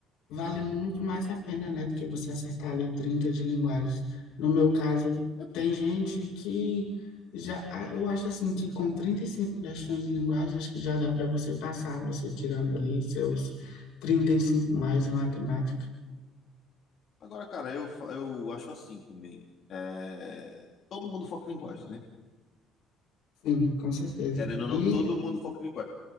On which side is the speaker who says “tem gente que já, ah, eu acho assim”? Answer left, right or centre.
Left